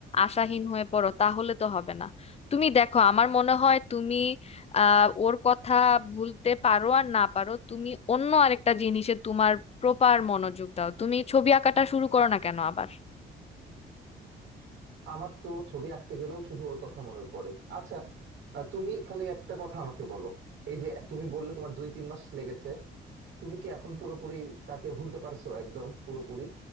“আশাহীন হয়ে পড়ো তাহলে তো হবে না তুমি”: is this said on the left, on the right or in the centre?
Left